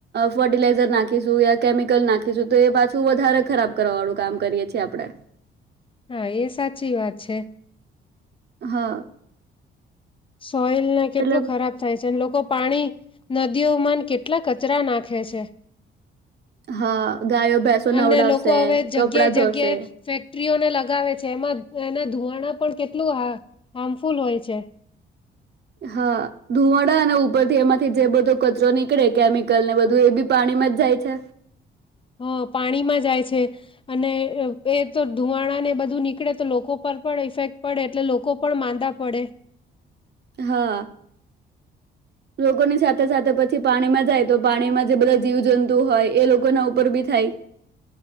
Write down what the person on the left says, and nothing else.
હા એ સાચી વાત છે.
સોઈલને કેટલું
ખરાબ થાય છે અને લોકો પાણી નદીઓમાંન કેટલા કચરા નાખે છે.
અને લોકો હવે જગ્યાએ
જગ્યાએ
ફેક્ટરીઓને લગાવે છે એમાં. એના ધુવાણા પણ કેટલું હ હાર્મફુલ હોય છે.
હ પાણીમાં જાય છે અને એ તો ધુવાણાને બધું નીકળે તો લોકો પર પણ ઈફેક્ટ પડે એટલે લોકો પણ માંદા પડે.